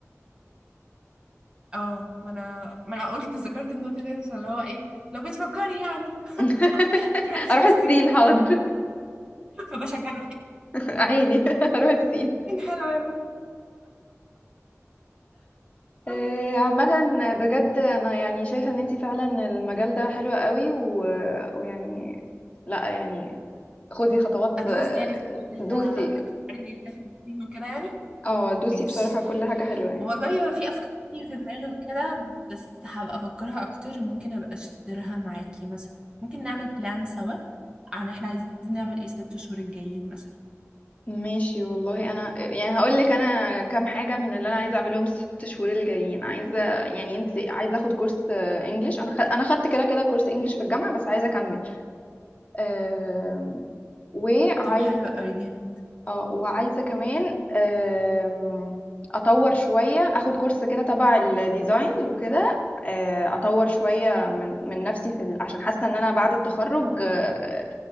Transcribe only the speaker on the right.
اه ما انا ما انا قلت ذكرت النقطه دي عشان اللي هو ايه لو بتفكري يعني
<laughs> تروحي تشوفي
الصين
فبشجعها
حلوة يا بنت
آه.
ادوس
يعني في موضوع
ال- الحوار اني اسافر الصين وكده يعني
ماشي
والله في افكار كتير في دماغي وكده بس هبقى افكرها اكتر وممكن ابقى اشتريها معاكي مثلا ممكن نعمل بلان سوا عن احنا عايزين نعمل ايه الست شهور الجايين مثلا
طب حلو قوي جامد